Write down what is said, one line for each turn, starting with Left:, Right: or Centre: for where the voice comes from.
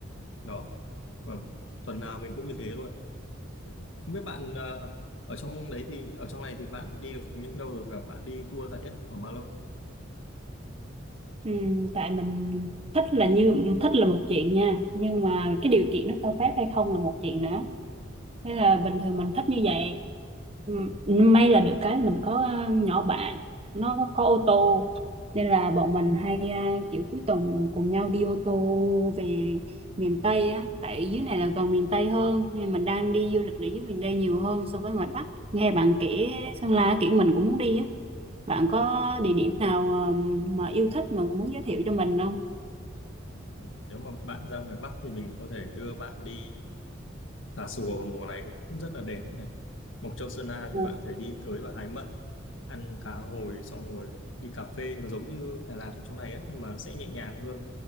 Left: đó và tuần nào mình cũng như thế luôn Không biết bạn ờ, ở trong đấy thì ở trong này thì bạn đi được những đâu rồi và bạn đi tour dài nhất là khoảng bao lâu?
Right: ừ, tại mình thích là như thích là một chuyện nha nhưng mà cái điều kiện nó cho phép hay không là một chuyện nữa thế là bình thường mình thích như vậy Ừ, may là được cái là mình có ờ, nhỏ bạn nó có, có ô tô nên là bọn mình hay ờ, kiểu cuối tuần cùng nhau đi ô tô về miền Tây á tại dưới này là gần miền Tây hơn nên mình đang đi du lịch ở dưới miền Tây nhiều hơn so với ngoài Bắc nghe bạn kể Sơn La kiểu mình cũng muốn đi á bạn có địa điểm nào ờ, mà yêu thích mà muốn giới thiệu cho mình không?
Left: Ừ, Nếu mà bạn ra ngoài Bắc thì mình có thể đưa bạn đi Tà Xùa vào mùa này cũng rất là đẹp này. Mộc Châu Sơn La
Right: Ừ.
Left: thì bạn có thể đi tới và hái mận, ăn cá hồi xong rồi đi cà phê nó giống như Đà Lạt ở trong này ấy, nhưng mà sẽ nhẹ nhàng hơn